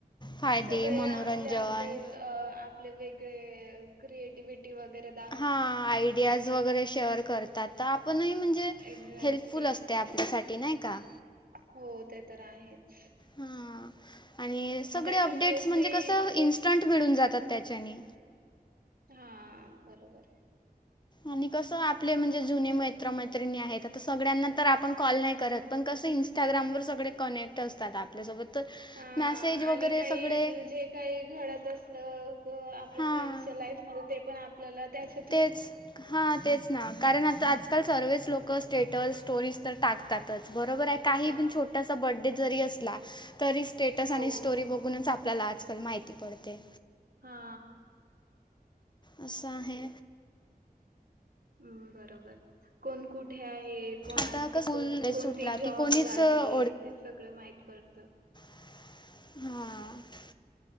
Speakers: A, on the left; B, on the right.
A: फायदे
B: सगळे
A: मनोरंजन
B: आपले.. आपले.. आपले अ.. आपले वेगळे अ.. क्रिएटिव्हटी वगैरे दा
A: हा.. आयडियाज वगैरे शेअर करतात. तर आपणही म्हणजे...
B: एक्झॅक्टली
A: हेल्प फुल असते आपल्यासाठी नाही का
B: हो.. ते तर आहेच.
A: ह्म्म्म आणि सगळे
B: त्याच्यामुळेच
A: अपडेट्स म्हणजे
B: ते
A: कसं
B: इतकं
A: इन्स्टंट मिळून जातात त्याच्यानी
B: हा.. बरोबर
A: आणि कसं आपले म्हणजे जुने मैत्र -मैत्रिणी आहेत आता सगळ्यांना तर आपण कॉल नाही करत पण कसं इन्स इंस्टाग्रामवर सगळे कनेक्ट असतात आपल्यासोबत, तर
B: हा
A: मॅसेज वगैरे
B: आणि काही
A: सगळे
B: जे काही घडत असलं... ग आपल्या
A: हां
B: फ्रेंड्सच्या लाईफ मध्ये ते पण आप आपल्याला त्याचे
A: तेच.. हा.. तेच ना, कारण आता आजकाल सर्वेच लोक स्टेटस, स्टोरीज तर टाक टाकतातच बरोबर आहे, काही
B: हा
A: पण छोटासा बडे जरी असला तरी स्टेटस
B: हो
A: आणि स्टोरी
B: हो
A: बघूनच आपल्याला आजकाल माहिती पडते.
B: हा
A: अस‌ आहे.
B: हम्म.. बरोबर कोण कुठे आहे, कोणाची
A: आता कसं स्कूल
B: कोण.. कोणती
A: सुटला
B: जॉब
A: की कोणीच
B: लागली
A: अ,
B: हे सगळं माहित पडतं.
A: ह्म्म्